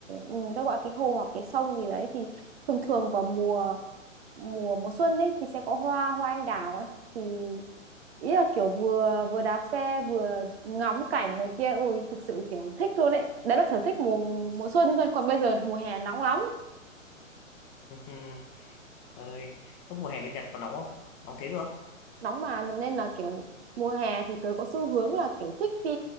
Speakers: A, on the right; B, on the left.
A: ừ, người ta gọi cái hồ hoặc cái sông gì đấy thì thường thường vào mùa mùa mùa xuân ấy thì sẽ có hoa hoa anh đào ấy thì ý là kiểu vừa vừa đạp xe vừa ngắm cảnh này kia ui thực sự kiểu thích luôn đấy đấy là sở thích mùa mùa xuân thôi còn bây giờ thì mùa hè nóng lắm
B: <laughs> Ơi, lúc mùa hè bên Nhật có nóng không? Nóng thế cơ?
A: nóng mà nên là kiểu mùa hè thì tớ có xu hướng là kiểu thích đi